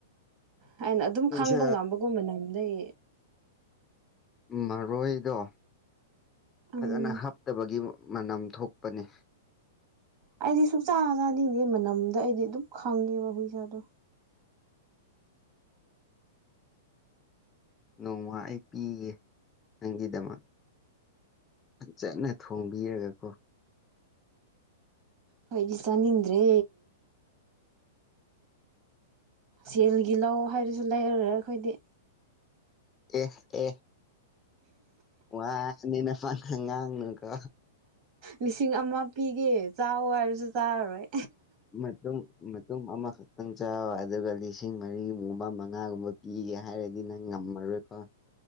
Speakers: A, on the right; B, on the left.
A: ꯍꯥꯏꯅ ꯑꯗꯨꯝ
B: ꯄꯨꯡꯁꯦ
A: ꯈꯪꯕ ꯉꯝꯕ ꯅꯍꯥꯟꯗꯩ
B: ꯃꯔꯣꯏꯗꯣ
A: ꯎꯝ
B: ꯐꯖꯅ ꯍꯥꯞꯇꯕꯒꯤ ꯃꯅꯝ ꯊꯣꯛꯄꯅꯤ
A: ꯑꯩꯗꯤ ꯁꯨꯡꯆꯥ ꯆꯥꯅꯤꯡꯗꯦ ꯃꯅꯝꯗ ꯑꯩꯗꯤ ꯑꯗꯨꯝ ꯈꯪꯉꯦꯕ ꯍꯨꯏ ꯁꯥꯗꯣ
B: ꯅꯣꯡꯃ ꯑꯩ ꯄꯤꯒꯦ ꯅꯪꯒꯤꯗꯃꯛ ꯆꯠꯅ ꯊꯣꯡꯕꯤꯔꯒꯀꯣ
A: ꯍꯣꯏꯒꯤ ꯆꯅꯤꯗ꯭ꯔꯦ ꯁꯦꯜꯒꯤ ꯂꯧ ꯍꯥꯏꯔꯁꯨ ꯂꯩꯔꯨꯔꯦ ꯑꯩꯈꯣꯏꯗꯤ
B: ꯑꯦ ꯑꯦ ꯋꯥꯅꯤꯅꯦ ꯐ ꯉꯥꯡꯅꯨ ꯀꯣ
A: ꯂꯤꯁꯤꯡ ꯑꯃ ꯄꯤꯒꯦ ꯆꯥꯎ ꯍꯥꯏꯔꯁꯨ ꯆꯥꯔꯔꯣꯏ
B: ꯃ ꯃ ꯃꯃ ꯅꯪ ꯆꯥꯎ ꯑꯗꯨꯒ ꯂꯤꯁꯤꯡ ꯃꯔꯤꯒꯨꯝꯕ ꯃꯉꯥꯒꯨꯝꯕ ꯄꯤꯒꯦ ꯍꯥꯏꯔꯗꯤ ꯅꯪ ꯉꯝꯃꯔꯣꯏꯀꯣ